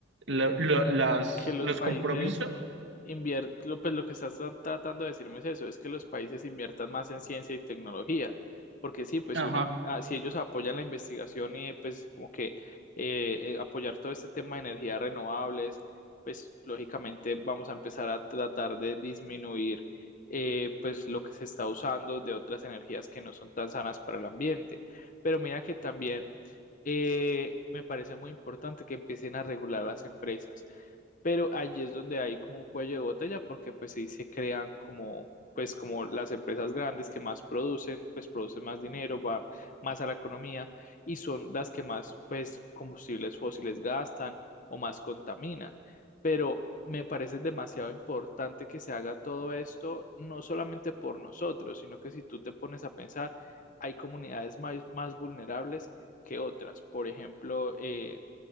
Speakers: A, on the right (about 65°); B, on the left (about 40°).
A: la- la- las,
B: que los
A: los
B: países
A: compromisos.
B: invier- lo- pues lo que estás tra- tratando de decirme es eso, es que los países inviertan más en ciencia y tecnología, porque sí, pues
A: Ajá.
B: si uno, ah, si ellos apoyan la investigación y pues como que eh, eh, apoyar todo este tema de energías renovables, pues lógicamente vamos a empezar a tratar de disminuir eh, pues lo que se está usando de otras energías que no son tan sanas para el ambiente. Pero mira que también eh, me parece muy importante que empiecen a regular las empresas pero allí es donde hay como un cuello de botella porque pues sí se crean como pues como las empresas grandes que más producen, pues producen más dinero, van más a la economía y son las que más pues combustibles fósiles gastan o más contaminan. Pero me parece demasiado importante que se haga todo esto, no solamente por nosotros, sino que si tú te pones a pensar, hay comunidades más, más vulnerables que otras. Por ejemplo, eh,